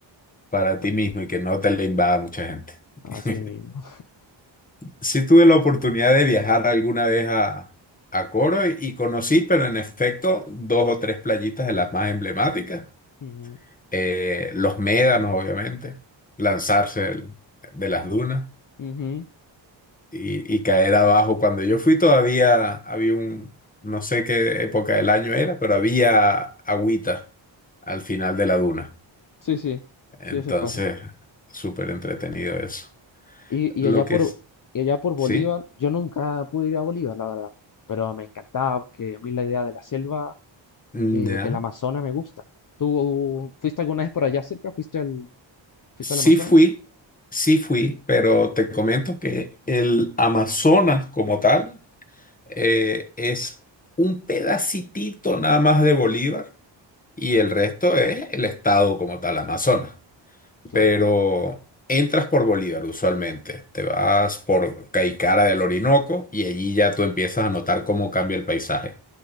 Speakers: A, on the left; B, on the left.
A: para
B: ta-
A: ti mismo y que no te le invada mucha gente. <laughs>
B: así mismo.
A: Sí tuve la oportunidad de viajar alguna vez a, a Coro y, y conocí, pero en efecto, dos o tres playitas de las más emblemáticas.
B: Ujú,
A: Eh, los médanos, obviamente, lanzarse del- de las dunas
B: ujú.
A: y, y caer abajo. Cuando yo fui todavía había un, no sé qué época del año era, pero había agüita al final de la duna.
B: Sí, sí,
A: Entonces,
B: sí, a veces pasa.
A: súper entretenido eso.
B: Y,
A: Lo
B: y allá
A: que
B: por,
A: es,
B: y allá por Bolívar,
A: sí,
B: yo nunca pude ir a Bolívar, la verdad, pero me encantaba porque a mí la idea de la selva,
A: mm,
B: eh,
A: ya.
B: del Amazonas me gusta. ¿Tú fuiste alguna vez por allá cerca? ¿Fuiste al, fuiste
A: Sí
B: al Amazonas?
A: fui, sí fui, pero te comento que el Amazonas como tal eh, es un pedacitito nada más de Bolívar y el resto es el estado como tal, Amazonas.
B: Claro.
A: Pero entras por Bolívar usualmente, te vas por Caicara del Orinoco y allí ya tú empiezas a notar cómo cambia el paisaje.